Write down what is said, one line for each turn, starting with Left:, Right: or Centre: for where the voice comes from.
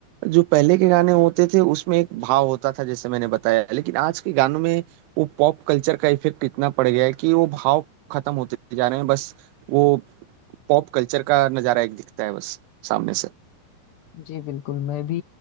Right: जो पहले के गाने होते थे उसमें एक भाव होता था जैसे मैंने बताया लेकिन आज के गानों में वो पॉप कल्चर का इफेक्ट इतना पड़ गया है कि वो भाव खत्म होते जा रहे हैं बस वो पॉप कल्चर का नजारा एक दिखता है बस सामने से
Left: जी बिल्कुल मैं भी